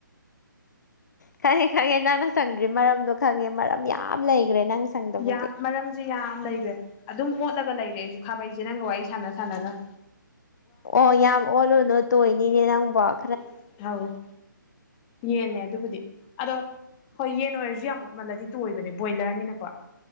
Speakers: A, on the left; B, on the left.
A: ꯈꯪꯉꯦ ꯈꯪꯉꯦ ꯅꯪꯅ ꯁꯪꯗ꯭ꯔꯤ ꯃꯔꯝꯗꯣ ꯈꯪꯉꯦ ꯃꯔꯝ ꯌꯥꯝ ꯂꯩꯒ꯭ꯔꯦ ꯅꯪ ꯁꯪꯗꯕꯒꯤ
B: ꯌꯥꯝ ꯃꯔꯝꯖ‌ꯦ ꯌꯥꯝ ꯂꯩꯒ꯭ꯔꯦ ꯑꯗꯨꯝ ꯑꯣꯠꯂꯒ ꯂꯩꯔꯦ ꯑꯩꯖꯨ ꯈꯥꯕꯩꯖ‌ꯦ ꯅꯪꯒ ꯋꯥꯔꯤ ꯁꯅꯥ ꯁꯅꯥꯅ
A: ꯑꯣ ꯌꯥꯝ ꯑꯣꯠꯂꯨꯅ‌ꯣ ꯇꯣꯏꯅꯤꯅꯦ ꯅꯪꯕ‌ꯣ
B: <unintelligible> ꯌꯦꯟꯅꯦ ꯑꯗꯨꯕꯨꯗꯤ ꯑꯗꯣ ꯍꯣꯏ ꯌꯦꯟ ꯑꯣꯏꯔꯖꯨ ꯌꯥꯝ ꯃ‌ꯣꯠꯃꯜꯂꯗꯤ ꯇꯣꯏꯕꯅꯦ ꯕꯣꯏꯂꯔꯅꯤꯅꯀꯣ